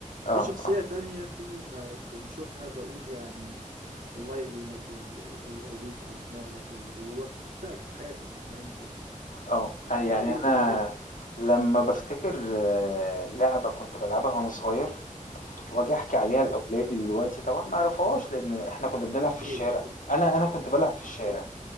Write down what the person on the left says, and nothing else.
آه
آه
آه، أ يعني
أنا لمّا بافتكر آه، لعبة كنت بالعبها وأنا صغير وآجي أحكي عليها
لأولادي دلوقتي طبعًا ما يعرفوهاش، لإن إحنا كنا بنلعب في
الشارع،
أنا أنا كنت بالعب في الشارع،